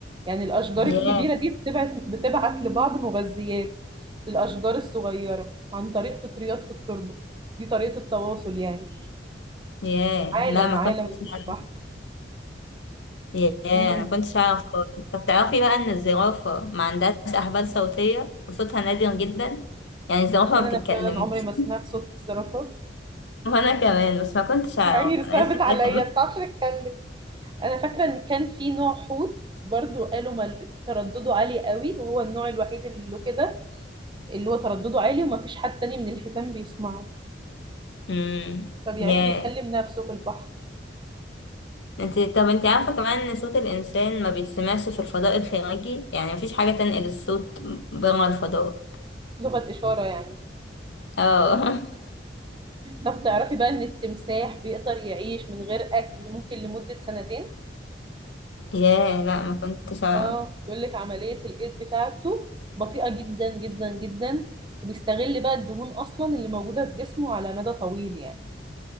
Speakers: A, on the right (about 25°); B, on the left (about 75°).
A: يعني الأشجار
B: ياه
A: الكبيرة دي بتبعت بتبعت لبعض مغذيات للأشجار الصغيرة عن طريق فطريات في التربة دي طريقة التواصل يعني
B: ياه
A: عالم
B: لا ما
A: عالم
B: كنتش
A: يا بنت
B: أعرف.
A: بحت
B: ياه
A: امم
B: انا ما كنتش اعرف خالص طب تعرفي بقى ان الزرافة ما عندهاش احبال صوتية وصوتها نادر جدا يعني الزرافة
A: تخيل
B: ما
A: انا
B: بتتكلمش
A: فعلا عمري ما سمعت صوت الزرافة <laughs>
B: وانا كمان بس ما كنتش اعرف
A: يا عيني
B: انا
A: صعبت
B: لسه
A: عليا
B: <laughs> شايفه
A: ما بتعرفش تتكلم انا فاكره ان كان في نوع حوت برضو قالوا مل... تردده عالي قوي وهو النوع الوحيد اللي له كده اللي هو تردده عالي وما فيش حد تاني من الحيتان بيسمعه
B: امم
A: طب يعني
B: ياه
A: بيكلم نفسه في البحر
B: انت طب انت عارفه كمان ان صوت الانسان ما بيتسمعش في الفضاء الخارجي يعني مفيش حاجه تنقل الصوت بره الفضاء
A: لغة إشارة يعني
B: اه
A: طب تعرفي بقى إن التمساح بيقدر يعيش من غير أكل ممكن لمدة سنتين
B: <laughs> ياه لا ما كنتش اعرف
A: اه بيقول لك عملية الإيض بتاعته بطيئة جدا جدا جدا وبيستغل بقى الدهون أصلا اللي موجودة في جسمه على مدى طويل يعني